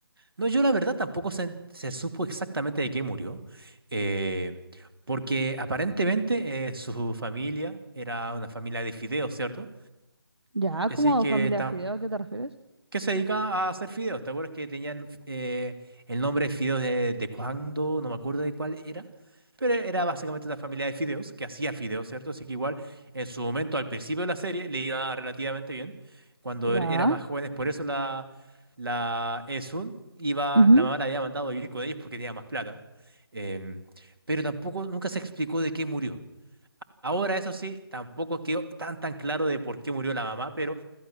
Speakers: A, on the right; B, on the right.
A: No, yo la verdad tampoco se, se supo exactamente de qué murió, eh, porque aparentemente eh, su familia era una familia de fideos, ¿cierto?
B: Ya,
A: Así
B: como
A: que
B: familia
A: tam-
B: de fideo, ¿a qué te refieres?
A: que se dedica a hacer fideos. ¿Te acuerdas que tenían el, eh, el nombre de fideos de, de cuándo? No me acuerdo de cuál era. Pero era básicamente una familia de fideos que hacía fideos, ¿cierto? Así que igual en su momento, al principio de la serie, le iba relativamente bien. Cuando
B: Ya.
A: er- era más jóvenes, por eso la, la Esun iba,
B: Ujú.
A: la mamá la había mandado a vivir con ellos porque tenía más plata. Em, pero tampoco, nunca se explicó de qué murió. Ahora, eso sí, tampoco quedó tan tan claro de por qué murió la mamá, pero